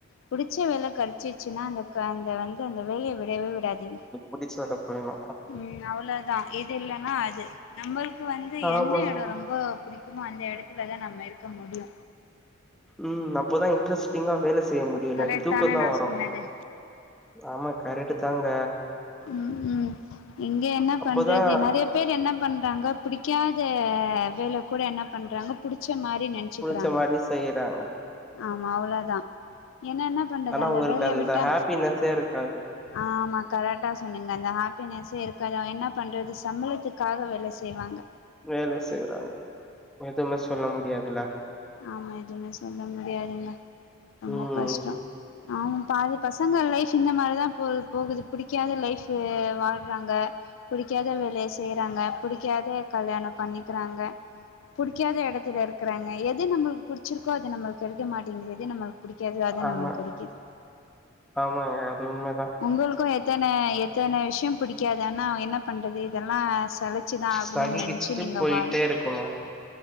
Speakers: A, on the left; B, in the centre.
A: புடிச்ச வேலை கெடைச்சிச்சுன்னா அந்த க அந்த வந்து அந்த வேலைய விடவே விடாதிங்க
B: புடிச்ச வேலைக் போயணு
A: ம் அவ்ளதா இது இல்லன்னா அது நம்மளுக்கு வந்து
B: ஆமா
A: எந்த எட ரொம்ப புடிக்குமோ அந்த எடத்துலதா நம்ம இருக்க முடியு
B: ம் அப்போதா இன்ட்ரெஸ்டிங்கா வேல செய்ய முடியு இல்லாட்டி
A: கரெக்ட்
B: தூக்கந்தா
A: தானே நா
B: வரு
A: சொன்னது
B: ஆமா கரெட்டு தாங்க
A: ம் ம் இங்க என்ன
B: அப்போதா
A: பண்றது நெறைய பேர் என்ன பண்றாங்க பிடிக்காத வேலை கூட என்ன பண்றாங்க புடிச்ச மாரி நெனச்சுக்கிறாங்க
B: புடிச்ச மாரி செய்யறாங்க
A: ஆமா அவ்ளதா ஏன்னா என்ன பண்றது
B: ஆனா
A: அந்த
B: உங்களுக்கு
A: வேலைய விட்டா
B: ஹாப்பினஸ்ஸே இருக்காது
A: ஆமா கரெக்டா சொன்னிங்க அந்த ஹாப்பினஸ்ஸே இருக்காது என்ன பண்றது சம்பளத்துக்காக வேல செய்வாங்க
B: வேலை செய்றாங்க எதுமே சொல்ல முடியாதுல
A: ஆமா எதுமே சொல்ல முடியாதுங்க ரொம்ப
B: ம்
A: கஷ்ட ஆமா பாதி பசங்க லைஃப் இந்த மாரிதா போது போகுது பிடிக்காத லைஃப் வாழ்றாங்க புடிக்காத வேலைய செய்யறாங்க புடிக்காத கல்யாண பண்ணிக்கறாங்க புடிக்காத எடத்துல இருக்கறங்க எது நம்மளுக்கு புடிச்சிருக்கோ அது நம்மளுக்கு கெடைக்க மாட்டேங்குது எது நம்ம புடிக்காதோ அதா
B: ஆமா
A: நம்மளுக்கு கெடைக்குது
B: ஆமாங்க அது உண்மதா
A: உங்களுக்கு எத்தன எத்தன விஷயோ புடிக்காது ஆனா என்ன பண்றது இதெல்லா சலிச் சு தா ஆகணுன்
B: சகிக்கிச்சுட்டு
A: நெனச்சு நீங்க
B: போயிட்டே
A: வா
B: இருக்கணு